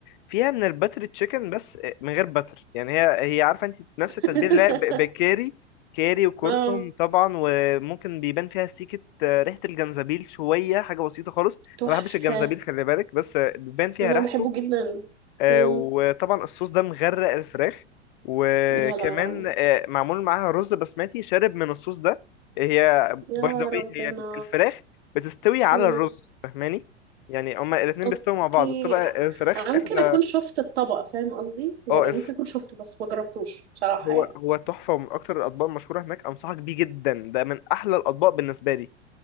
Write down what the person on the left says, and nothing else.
فيها من الباتر تشيكن بس آه، من غير باتر يعني هي هي عارفه انت نفس
التتبيله اللي هي ب- بكاري كاري وكركم
طبعا وممكن بيبان فيها سيكه آه، ريحه الجنزبيل شويه حاجه بسيطه خالص انا
ما بحبش الجنزبيل خلي بالك بس آه، بيبان فيها
ريحته
آه،
وطبعا الصوص ده مغرق الفراخ وكمان
آه، معمول معاها رز بسمتي شارب من الصوص ده هي
باي ذا
واي هي الفراخ بتستوي على
الرز فاهماني يعني هما الاتنين
بيستووا مع بعض بتبقى الفراخ
اخدة
اه الف...
هو
هو تحفة ومن أكتر الأطباق المشهورة هناك أنصحك بيه جدا ده من أحلى الأطباق بالنسبة لي